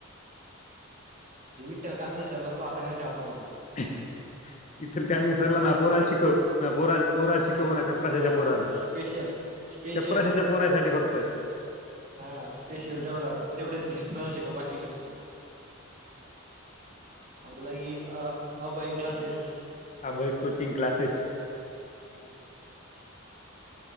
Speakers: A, on the right (about 40°); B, on the left (about 35°).
A: ते विठल काां नाही सरला तो आताडेच्याहत म्हतो
B: ह इथल काय मी सरला
A: क्लासेस
B: ना पोराला शिकव पोरा पोराला शिकव
A: हा
B: म्हणा चपराशाच्या
A: क्लासेस
B: पोराला.
A: स्पेशल स्पेशल
B: चपराशाच्या पोरा्यासाठी फक्त
A: हा स्पेशल तेवढा तेवढ्याचण शिकव बाकी नाही. आपलागी अ Abhay classes.
B: Abhay coaching classes.
A: हो